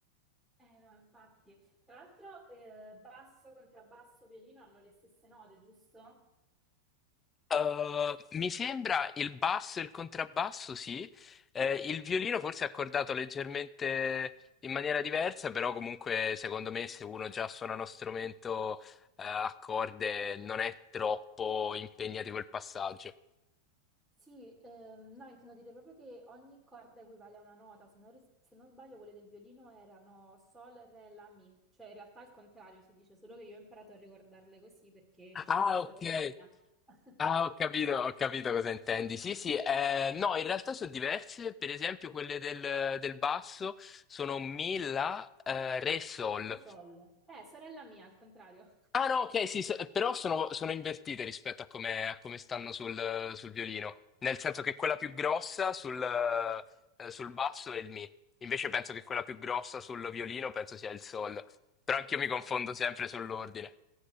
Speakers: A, in the centre; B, on the left (about 20°).
A: Eh no, infatti. Tra l'altro, eh, basso, contrabbasso, violino hanno le stesse note, giusto?
B: Uh,
A: Sì,
B: mi sembra il basso e il contrabbasso, sì. Eh, il violino forse è accordato leggermente in maniera diversa, però comunque secondo me se uno già suona uno strumento eh, a corde non è troppo impegnativo il passaggio.
A: Sì, ehm, no, intendo dire proprio che ogni corda equivale a una nota, se non, ris- se non sbaglio quelle del violino erano sol, re, la, mi, cioè in realtà al contrario si dice, solo che io ho imparato a ricordarle così perché dicevo
B: Ah,
A: sorella
B: ok.
A: mia. <laughs>
B: Ah, ho capito, ho capito cosa intendi. Sì, sì, eh, no, in realtà sono diverse. Per esempio, quelle del, del basso sono Mi, La, eh, Re, Sol.
A: O sol. Eh, sorella mia, al contrario.
B: Ah, no, ok, sì, so- però sono, sono invertite rispetto a come, a come stanno sul, sul violino. Nel senso che quella più grossa sul, eh, sul basso è il Mi. Invece penso che quella più grossa sul violino penso sia il Sol. Però anch'io
A: Esatto.
B: mi confondo sempre sull'ordine.